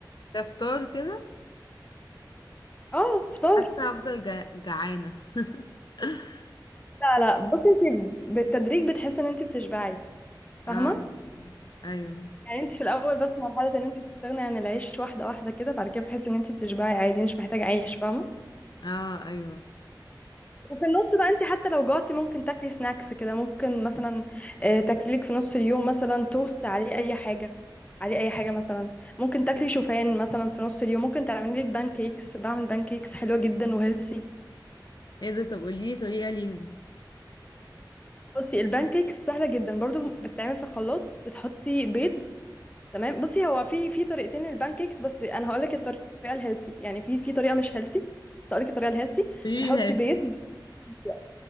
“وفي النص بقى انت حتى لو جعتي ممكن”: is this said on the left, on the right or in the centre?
Left